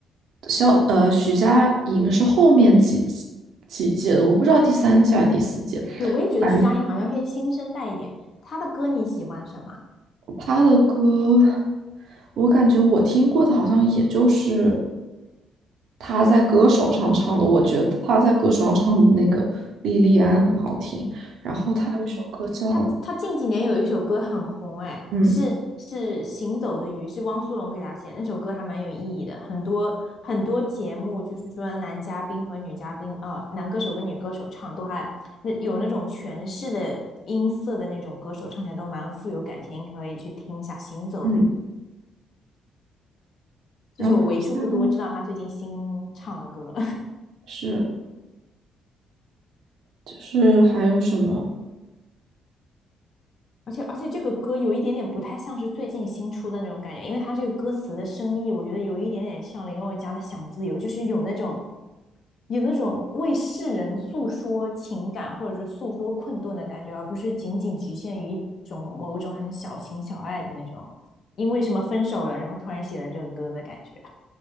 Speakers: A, on the right; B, on the left.
A: 肖呃徐佳莹是后面几季几届的，我不知道第三届还是第四届。
B: 对，我也觉得徐佳莹好像偏新生代一点，
A: 反正
B: 她的歌你喜欢什么？
A: 她的歌，我感觉我听过的好像也就是她在歌手上唱的。我觉得她在歌手上唱的那个《莉莉安》很好听。然后她有一首歌叫
B: 嗯，他他近几年有一首歌很红，哎，
A: 嗯
B: 是是《行走的鱼》，是汪苏泷给他写的，那首歌还蛮有意义的。很多很多节目就是说男嘉宾和女嘉宾，呃，男歌手跟女歌手唱都还那有那种诠释的音色的那种歌手唱起来都蛮富有感情，可以去听一下《行走的鱼》，
A: 嗯，
B: 这是我为数不多知道他最近新唱的歌。
A: 然后她现在是就是还有什么？
B: 而且而且这个歌有一点点不太像是最近新出的那种感觉，因为它这个歌词的深意，我觉得有一点点像林宥嘉的《想自由》，就是有那种有那种为世人诉说情感或者是诉说困顿的感觉，而不是仅仅局限于一种某种很小情小爱的那种，因为什么分手了，然后突然写了这个歌的感觉。